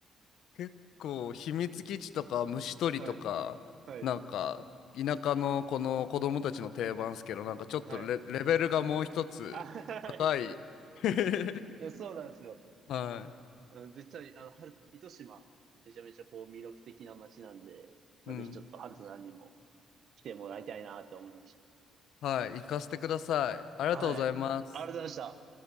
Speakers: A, on the left; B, on the right.
A: 結構、秘密基地とか虫取りとか、
B: はい。はい。
A: なんか、田舎のこの子供たちの定番っすけど、なんかちょっとレ、
B: はい。
A: レベルがもう一つ高い
B: <laughs> あ、はい。
A: <laughs>
B: いや、そうなんですよ。
A: はい。
B: うん絶対、あの、春糸島、めちゃめちゃこう魅力的な街なんで、まあ、
A: うん。
B: ぜひちょっとハルトさんにも来てもらいたいなと思いまし
A: はい、行かせてください。ありがとうございます。
B: た。はい。ありがとうございました。